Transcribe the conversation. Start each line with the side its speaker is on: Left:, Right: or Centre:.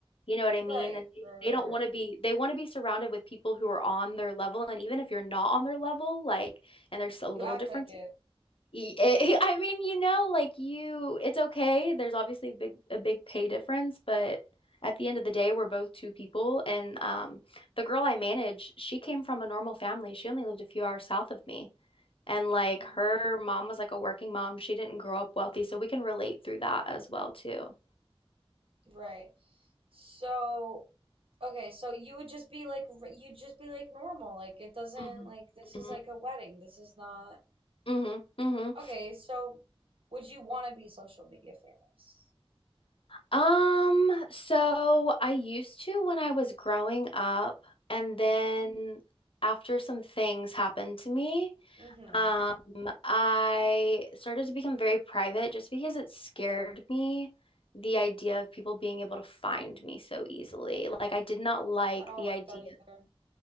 Left: you know what I
Right: Right,
Left: mean and they,
Right: right, right,
Left: they don't
Right: right.
Left: want to be
Right: right.
Left: they want to be surrounded with people who are on their level and even if you're not on their level like and there's a little
Right: You act
Left: difference
Right: like it.
Left: Y- eh, <laughs> I mean, you know, like you, it's okay. There's obviously a big a big pay difference, but at the end of the day, we're both two people. And um, the girl I manage, she came from a normal family. She only lived a few hours south of me. And like
Right: Mhm.
Left: her mom was like a working mom. She didn't grow up wealthy, so we can relate through that as well too.
Right: Right. So Okay, so you would just be like r- you'd just be like normal. Like it doesn't
Left: hmm
Right: like this is
Left: hmm
Right: like a wedding. This is not
Left: hmm hmm
Right: Okay, so would you want to be social media famous?
Left: Um, so I used to when I was growing up, and then after some things happened to me.
Right: Mm-hmm.
Left: Um, I started to become very private just because it scared me the idea of people being able to find me so easily. Like I did not like
Right: I don't
Left: the
Right: like
Left: idea.
Right: that either.